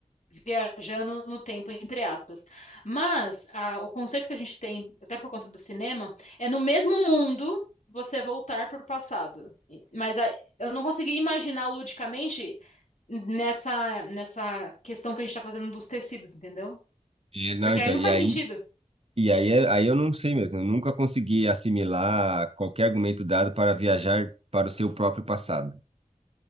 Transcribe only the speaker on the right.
E, não,
então,
e
aí,
e aí, é- aí eu não sei mesmo. Eu nunca consegui assimilar qualquer argumento dado para viajar para o seu próprio passado.